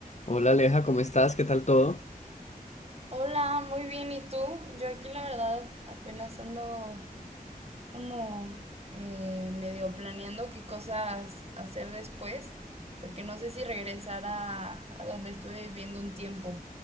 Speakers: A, on the left (about 50°); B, on the right (about 40°).
A: Hola Aleja, ¿cómo estás? ¿Qué tal todo?
B: Hola, muy bien. ¿Y tú? Yo aquí la verdad apenas ando como eh, medio planeando qué cosas hacer después, porque no sé si regresar a, a donde estuve viviendo un tiempo.